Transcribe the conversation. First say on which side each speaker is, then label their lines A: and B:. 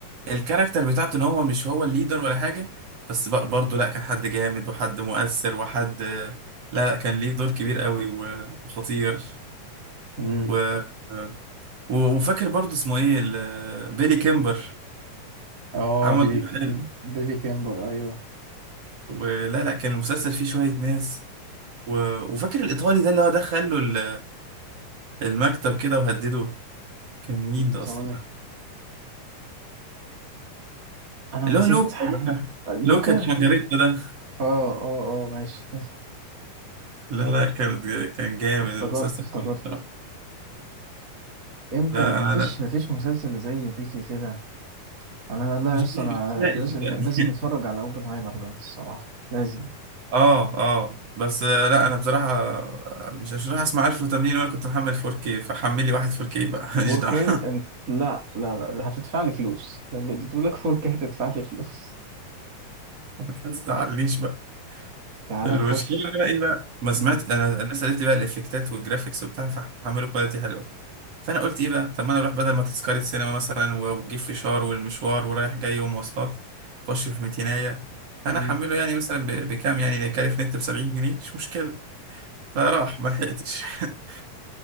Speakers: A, on the right; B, on the right.
A: الكاركتر بتاعته ان هو مش هو الليدر ولا حاجه بس بق- برضه لا كان حد جامد وحد مؤثر وحد لا لا كان ليه دور كبير قوي و- وخطير
B: مم.
A: و... و... وفاكر برضه اسمه ايه ال- بيلي كيمبر
B: اه
A: عمل
B: بيلي
A: دور
B: ك...
A: حلو
B: بيلي كامبر ايوه
A: ولا لا كان المسلسل فيه شويه ناس و... وفاكر الايطالي ده اللي هو دخل له ال- المكتب كده وهدده كان مين ده
B: صالح
A: اصلا
B: انا
A: اللي
B: نسيت
A: هو لوكا لوكا
B: لوكا
A: لوكا تشانجاريتا ده
B: اه اه اه ماشي
A: لا لا كان كان جامد
B: <laughs> افتكرت
A: المسلسل
B: افتكرت
A: كله بصراحه
B: امتى
A: لا لا
B: مفيش
A: انا
B: مفيش مسلسل زي بيكي كده انا لا لا
A: مش
B: يا اسطى
A: مش
B: انا
A: يائس
B: احنا لازم
A: يعني
B: لازم نتفرج
A: <laughs>
B: على اوبنهايمر ده الصراحه لازم
A: اه اه بس آه، لا انا بصراحه آه، مش مش راح اسمع 1080 وانا كنت محمل 4K فحملي واحد 4K بقى <laughs> ماليش
B: 4K
A: دعوه <laughs>
B: انت لا لا لا هتدفع لي فلوس لو بيقول لك 4K هتدفع لي فلوس
A: ما تزعلنيش بقى
B: تعال
A: المشكله
B: نخش
A: بقى ايه بقى ما
B: مم.
A: سمعت انا الناس قالت لي بقى الافكتات والجرافيكس وبتاع فحملوا كواليتي حلوه فانا قلت ايه بقى طب ما انا اروح بدل ما تذكره سينما مثلا و- واجيب فشار والمشوار ورايح جاي ومواصلات اخش في ميتينايه فانا
B: مم.
A: احمله يعني مثلا ب- بكام يعني كارف نت ب 70 جنيه مش مشكله فراح ما لحقتش <laughs>